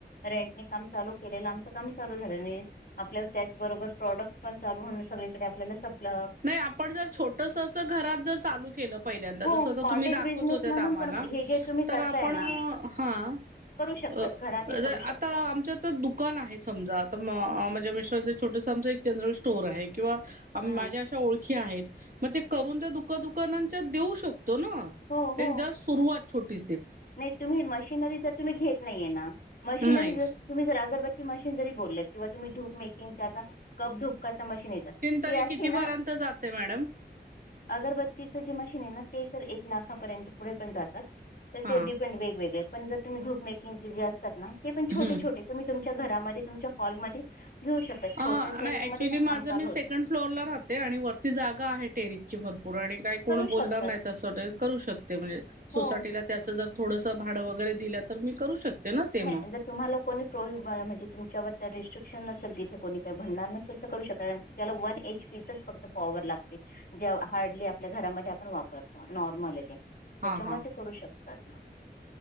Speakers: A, on the left (about 55°); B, on the right (about 55°).
A: रेंट नी काम चालू - केललं आमच काम चालू झालं नाही आपल्या त्याचबरोबर प्रॉडक्ट पण चालू हो सगळे. तिकडं आपल्याला सपल.
B: नाही आपण जर छोटसं घरात जर चालू केलं पहिल्यांदा
A: हो
B: जसं
A: कॉटेज
B: तुम्ही दाखवत
A: बिझनेस
B: होत्या.
A: म्हणून
B: कामाला
A: पण हे जे तुम्ही
B: तर
A: करताय
B: आपण
A: ना
B: हा <inaudible>
A: करू शकतात घरातही करू शकतात
B: आता आमच तर दुकान आहे समजा आता म माझ्या मिस्टर छोटस आमचं एक जनरल स्टोर आहे किंवा? माझ्या
A: हं.
B: अशा ओळखी आहेत. मग ते करून त्या दुका- दुका देऊ शकतो ना
A: हो, हो.
B: जस्ट. सुरुवात छोटी.
A: नाही तुम्ही मशिनरी जर तुम्ही घेत नाहीये ना मशिनरी
B: नाही
A: ज - तुम्ही जर अगरबची मशीन जरी बोलेत किंवा तुम्ही धूप मेकिंग आता कप धूप- मशीन येत ते
B: तरी
A: असे
B: कितीपर्यंत
A: ना.
B: जाते मॅडम?
A: अगरबत्तीचं जे मशीन आहे ना ते तर एक लाखापर्यंत पुढे पण जातात. त्याचे
B: हां
A: डिपेंड वेगवेगळे पण जर तूम्ही धूप मेकंगचे जे असतात ना ते पण छोटे-
B: हं.
A: छोटे. तुम्ही तुमच्या घरामध्ये तुमच्या हॉलमध्ये घेऊ शकता.
B: ह
A: छोट्याशा
B: नाही
A: याच्यामध्ये
B: ऍक्च्युअली
A: पण
B: माझं
A: काम चालू
B: मी
A: होते.
B: सेकंड फ्लोर ला राहते आणि वरती जागा आहे टेरिसची भरपूर आणि - काही कोण
A: करू
B: बोलणार
A: शकतात.
B: नाही तसं करू शकते म्हणजे सोसायटीला.
A: हो.
B: त्याचं जर थोडंसं भाडं वगैरे दिलं तर मी करू शकते. ना ते मग.
A: म तुम्हाला कोणी प्रोहिब म्हणजे तुमच्यावर त्या रेस्ट्रिक्शन नसेल तिथे कोणी काही म्हणार नसेल तर करू शकणार त्याला वन- एच पी च फक्त फॉवर लागते जे हार्डली आपल्या घरामध्ये आपण वापरतो नॉर्मल ते. त्याच्यामुळे
B: हा हा
A: ते करू शकतात.